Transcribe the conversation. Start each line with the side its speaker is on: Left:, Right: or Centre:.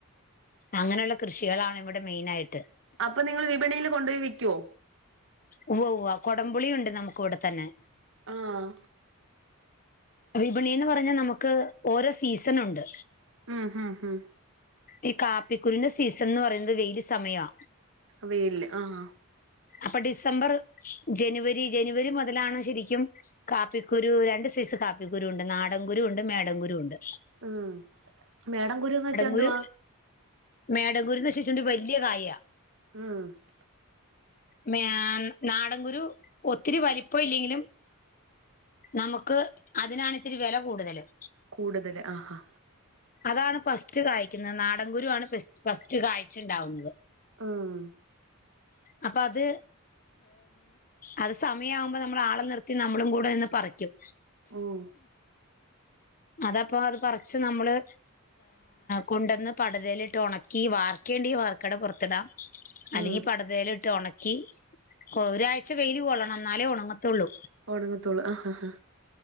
Left: അങ്ങനെയുള്ള കൃഷികളാണ് ഇവിടെ മെയിനായിട്ട്.
Right: അപ്പൊ നിങ്ങൾ വിപണിയിൽ കൊണ്ട്പോയി വിക്കോ?
Left: ഉവ്വ്, ഉവ്വ്, കൊടംപുളിയുണ്ട് നമുക്ക് ഇവിടെ തന്നെ.
Right: ആഹ്.
Left: വിപണിന്ന് പറഞ്ഞാൽ നമുക്ക് ഓരോ സീസൺ ഉണ്ട്.
Right: ഉം ഹും ഹും.
Left: ഈ കാപ്പിക്കുരുന്റെ സീസൺന്ന് പറയുന്നത് വെയിൽ സമയാ.
Right: വെയിൽ, ആഹ്.
Left: അപ്പൊ ഡിസംബർ ജനുവരി ജനുവരി മുതലാണ് ശെരിക്കും. കാപ്പിക്കുരു രണ്ട് സൈസ് കാപ്പിക്കുരു ഉണ്ട് നാടൻകുരു ഉണ്ട് മേടം കുരുണ്ട്.
Right: ഉം മേഡം കുരുന്ന് എന്തുവാ
Left: കുരു മേടങ്കൂരുന്ന് വെച്ച വല്യ കായ.
Right: ഉം
Left: നാ നാടൻകുരു ഒത്തിരി വലിപ്പ ഇല്ലെങ്കിലും, നമുക്ക് അതിനാണ്ത്തിരി വെല കൂടുതലും.
Right: കൂടുതല് ആഹാ.
Left: അതാണ് ഫസ്റ്റ് കായ്ക്കുന്നത് നാടൻകുരു ആണ് ഫസ്റ്റ് ഫസ്റ്റ് കായ്ച്ചുണ്ടാവുന്നത്.
Right: ഉം..
Left: അപ്പൊ അത് അത് സമയവുമ്പോ നമ്മൾ ആളെ നിർത്തി നമ്മളും കൂടെ നിന്ന് പറിക്കും.
Right: ഉം
Left: അതപ്പൊ അത് പറച്ച് നമ്മള്, കൊണ്ടന്ന് പടതയിലിട്ട് ഉണക്കി വാർക്കേണ്ടി വാർക്കട പുറത്തിടാം. അല്ലെങ്കി
Right: ഉം
Left: അടുതല ഇട്ട് ഉണക്കി ഒരാഴ്ച വെയില് കൊള്ളണം എന്നാലേ ഉണങ്ങത്തുള്ളൂ.
Right: ഒണങ്ങത്തോളൂ ആ ഹാ ഹാ.